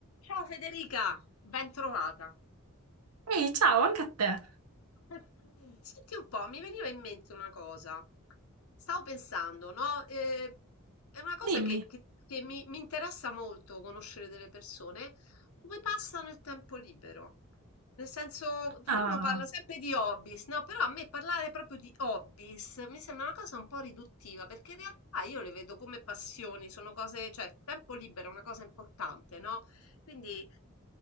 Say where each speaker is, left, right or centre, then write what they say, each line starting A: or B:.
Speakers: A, on the left; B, on the right.
A: Ciao Federica, ben trovata.
B: Ehi, ciao, anche a te.
A: <laughs> Senti un po', mi veniva in mente una cosa. Stavo pensando, no? Eh, è una cosa
B: Dimmi.
A: che, che- che mi, mi interessa molto conoscere delle persone, come passano il tempo libero. Nel senso, perché
B: Ah,
A: uno parla sempre di hobbies, no? Però a me parlare proprio di hobbies mi sembra una cosa un po' riduttiva, perché in realtà io le vedo come passioni, sono cose, cioè il tempo libero è una cosa importante, no? Quindi